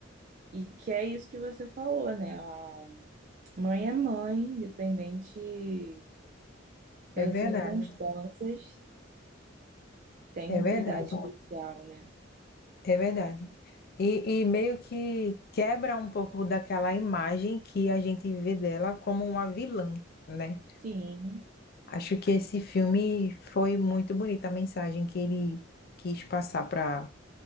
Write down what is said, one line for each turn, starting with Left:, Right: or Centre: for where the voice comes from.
Right: E que é isso que você falou, né? A mãe é mãe, independente das
Left: É verdade,
Right: circunstâncias, tem
Left: é
Right: um
Left: verdade,
Right: cuidado especial, né?
Left: é verdade. E, e meio que quebra um pouco daquela imagem que a gente vê dela como uma vilã, né?
Right: Sim,
Left: Acho que esse filme foi muito bonita a mensagem que ele quis passar para